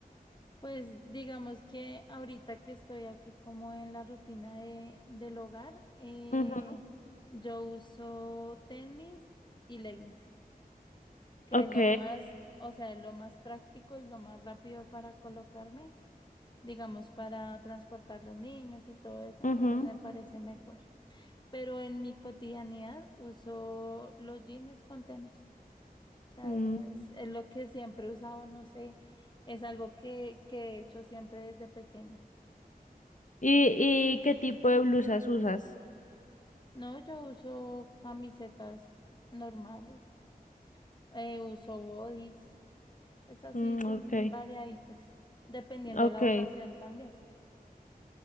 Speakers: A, on the left; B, on the left.
A: Pues digamos que ahorita que estoy aquí como en la rutina de, del hogar, eh,
B: Ujú,
A: yo uso tenis y leggings, que
B: Ok.
A: es lo más, o sea, es lo más práctico y lo más rápido para colocarme, digamos, para transportar los niños y todo eso,
B: ujú,
A: entonces me parece mejor. Pero en mi cotidianidad uso los jeans con tenis, o sea,
B: mm.
A: eso es, es lo que siempre he usado, no sé, es algo que, que he hecho siempre desde pequeña.
B: ¿Y, y qué tipo de blusas usas?
A: No, yo uso camisetas normales, eh, uso bodys, esas
B: Mm,
A: sí son
B: ok,
A: variaditas, dependiendo
B: ok.
A: de la ocasión también.